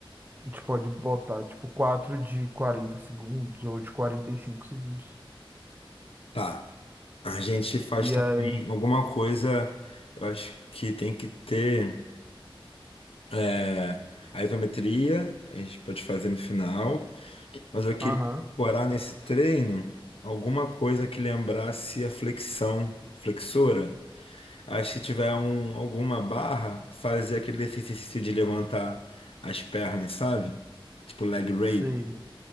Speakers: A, on the right; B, on the left.
A: A gente pode botar tipo quatro de 40 segundos ou de 45 segundos.
B: tá. A gente faz
A: E
B: também
A: aí?
B: alguma coisa, eu acho que tem que ter é, a isometria, a gente pode fazer no final, mas eu queria
A: Aham,
B: incorporar nesse treino alguma coisa que lembrasse a flexão, flexora. Aí se tiver um, alguma barra, fazer aquele exercício de levantar as pernas, sabe? Tipo leg raise.
A: sei,